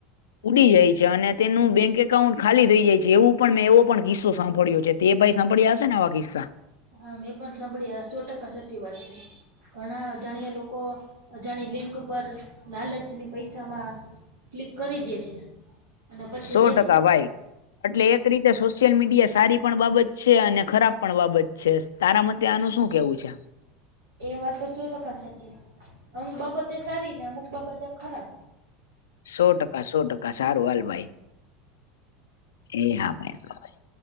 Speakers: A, on the left; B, on the right.
A: ઉડી જાય છે અને તેનું બેંક એકાઉન્ટ ખાલી થઈ જાય છે એવું પણ મેં એવો પણ કિસ્સો સાંભળ્યો. કે તે ભાઈ સાભળ્યા હશે આવા કિસ્સા
B: હા મેં પણ સાંભળી સો ટકા સાચી વાત છે. ઘણા અજાણ્યા લોકો અજાણી લિંક પર લાલચની પૈસામાં ક્લિક કરી દે છે. અને પછી
A: સો
B: બેંક
A: ટકા ભાઈ એટલે એક રીતે સોશિયલ મીડિયા સારી પણ બાબત છે અને ખરાબ પણ બાબત છે. તારા મતે આનું શું કેવું છે?
B: વાત તો શું ટકા અમુક બાબતે સારી ને, અમુક બાબતે ખરાબ
A: સો ટકા, સો ટકા સારું, હાલ ભાઈ એ હા ભાઈ